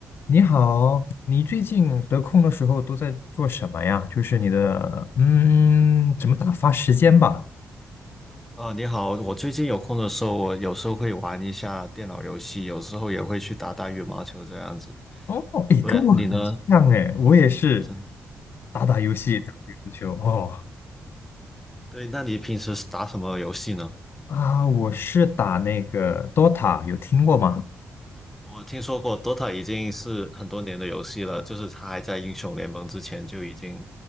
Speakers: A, on the left; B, in the centre.
A: 你好，你最近得空的时候都在做什么呀？就是你的，嗯，怎么打发时间吧？
B: 啊，你好！我最近有空的时候，我有时候会玩一下电脑游戏，有时候也会去打打羽毛球这样子。
A: 哦，哎，
B: 不然你呢？
A: 跟我很像哎，我也是
B: 真
A: 打打游戏，打打羽球。哦，
B: 对，那你平时是打什么游戏呢？
A: 啊，我是打那个 Dota，有听过吗？
B: 我听说过 Dota 已经是很多年的游戏了，就是它还在英雄联盟之前就已经，